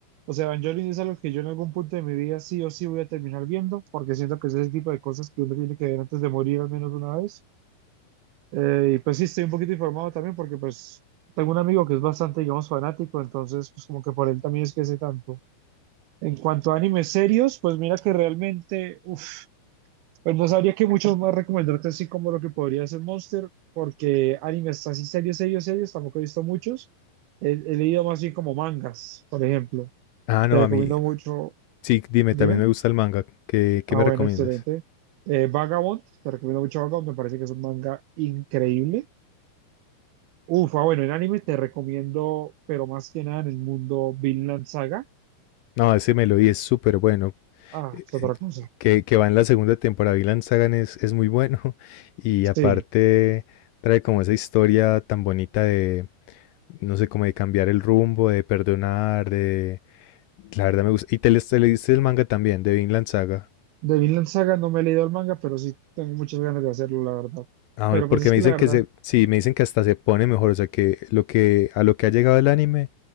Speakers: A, on the right (about 80°); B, on the left (about 80°).
A: o sea, Evangelion es algo que yo en algún punto de mi vida sí o sí voy a terminar viendo, porque siento que es ese tipo de cosas que uno tiene que ver antes de morir al menos una vez. Eh, y pues sí, estoy un poquito informado también porque pues tengo un amigo que es bastante, digamos, fanático, entonces pues como que por él también es que sé tanto. En cuanto a animes serios, pues mira que realmente, uff. Pues no sabría que mucho más recomendarte así como lo que podría ser Monster, porque animes así serios, serios, serios, tampoco he visto muchos. He, he leído más bien como mangas, por ejemplo.
B: Ah, no,
A: Te recomiendo
B: a mí,
A: mucho,
B: sí, dime,
A: dime.
B: también me gusta el manga. ¿Qué, qué
A: Ah,
B: me
A: bueno,
B: recomiendas?
A: excelente. Eh, Vagabond, te recomiendo mucho Vagabond, me parece que es un manga increíble. Uf, ah, bueno, en anime te recomiendo, pero más que nada en el mundo Vinland Saga.
B: No, ese Melody es súper bueno.
A: Ah,
B: Eh,
A: es otra
B: eh,
A: cosa.
B: Que, que va en la segunda temporada, Vinland Saga es, es muy bueno. <laughs> Y aparte
A: Sí,
B: trae como esa historia tan bonita de, no sé, como de cambiar el rumbo, de perdonar, de... La verdad me gusta. Y te, lees- te leíste el manga también, de Vinland Saga.
A: de Vinland Saga no me he leído el manga, pero sí tengo muchas ganas de hacerlo, la verdad.
B: Ah, bueno,
A: Pero
B: porque
A: pues es
B: me
A: que
B: dicen
A: la verdad
B: que se, sí, me dicen que hasta se pone mejor, o sea que lo que a lo que ha llegado el anime